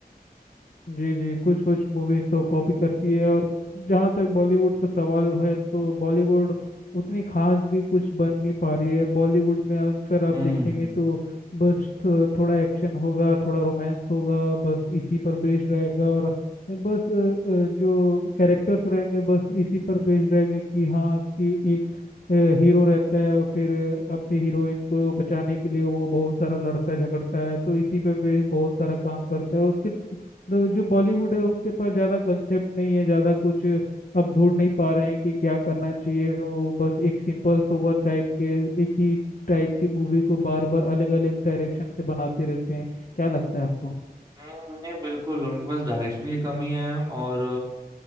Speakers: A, on the left (about 60°); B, on the right (about 25°).
A: जी जी कुछ कुछ मूवीज तो कॉपी करती है और जहाँ तक बॉलीवुड का सवाल है तो बॉलीवुड उतनी खास भी कुछ बन नहीं पा रही है बॉलीवुड में अक्सर आप
B: हम्म
A: देखेंगे तो बस थो- थोड़ा एक्शन होगा थोड़ा रोमांस होगा बस इसी पर बेस्ड रहेगा और बस अ, अ, जो कैरेक्टर्स रहेंगे बस इसी पर बेस्ड रहेंगे कि हाँ कि एक हीरो रहता है और फिर अपनी हीरोइन को बचाने के लिए वो बहुत सारा लड़ता झगड़ता है तो इसी पर बेस्ड बहुत सारा काम करता है उसके तो जो बॉलीवुड है उनके पास ज़्यादा कंसेप्ट नहीं है ज़्यादा कुछ अब ढूंढ नहीं पा रहे हैं कि क्या करना चाहिए वो बस एक सिंपल सोबर टाइप के एक ही टाइप की मूवी को बार बार अलग अलग डायरेक्शन से बनाते रहते हैं क्या लगता है आपको
B: हम्म, नहीं बिल्कुल उनके पास डायरेक्शन की कमी है और